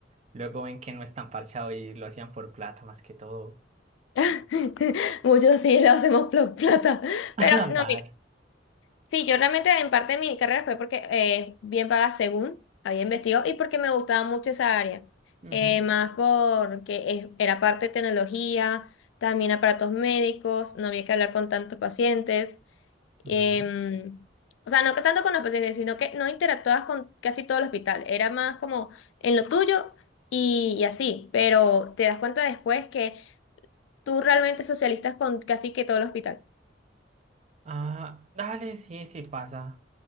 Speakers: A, on the right; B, on the left.
A: luego ven que no es tan parchado y lo hacían por plata más que todo.
B: <laughs> Muchos sí lo hacemos pl- plata.
A: <laughs>
B: Pero no,
A: Dale.
B: mira. Sí, yo realmente en parte de mi carrera fue porque eh, bien paga según había investigado y porque me gustaba mucho esa área.
A: Ujú,
B: Eh, más porque es- era parte de tecnología, también aparatos médicos, no había que hablar con tantos pacientes. em,
A: ujú.
B: o sea, no que tanto con los pacientes, sino que no interactuabas con casi todo el hospital. Era más como en lo tuyo y, y así. Pero te das cuenta después que tú realmente socialistas con casi que todo el hospital.
A: Ah, dale, sí, sí pasa.